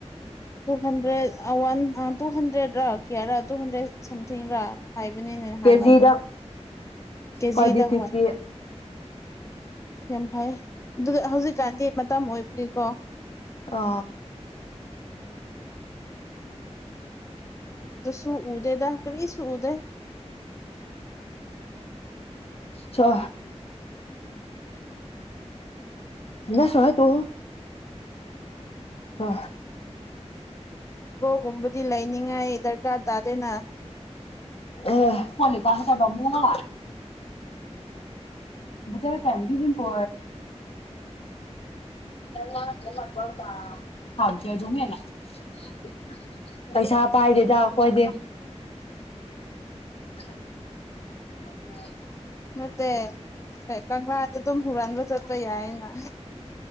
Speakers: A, on the left; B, on the left.
A: two hundred one two hundred ꯔ ꯀꯌꯥꯔꯥ ꯇꯨꯖꯟꯗ꯭ꯔꯦꯗ ꯁꯝꯊꯤꯡꯒꯥ ꯍꯥꯏꯕꯅꯤꯅꯦ ꯅꯍꯥꯟ
B: ꯀꯦꯖꯤꯗ
A: ꯂꯧꯕꯗꯣ ꯀꯦꯖꯤꯗ
B: ꯈ꯭ꯋꯥꯏꯗꯤ ꯐꯤꯐꯇꯤ
A: ꯍꯣꯏ ꯌꯥꯝ ꯐꯩ ꯑꯗꯨꯒ ꯍꯧꯖꯤꯛꯀꯥꯟꯗꯤ ꯃꯇꯝ ꯑꯣꯏꯕꯒꯤꯀꯣ
B: ꯑ
A: ꯁꯨ ꯎꯗꯗ ꯀꯅꯤ ꯁꯗ
B: ꯆ ꯅ ꯁꯣ ꯇꯨ ꯑ
A: ꯀꯨꯝꯕꯗꯤ ꯂꯩ ꯅꯤꯡꯉꯥꯏ ꯗꯔꯀꯥꯔ ꯇꯥꯗꯦꯅ
B: ꯑꯦ ꯍꯅꯤꯀꯍꯠꯇꯔꯕ ꯃ ꯂ ꯖꯔ ꯇ ꯀꯖꯤꯝ ꯄꯦ <unintelligible> ꯄꯩꯁꯥ ꯄꯥꯏꯗꯦꯗ ꯀꯣꯏꯗꯦ ꯍ ꯎꯝ
A: ꯅꯠꯇꯦ ꯀꯪꯂꯥꯗ ꯗ ꯗꯨꯝ ꯍꯨꯔꯥꯟꯕ ꯆꯠꯄ ꯌꯥꯏꯌꯦꯅ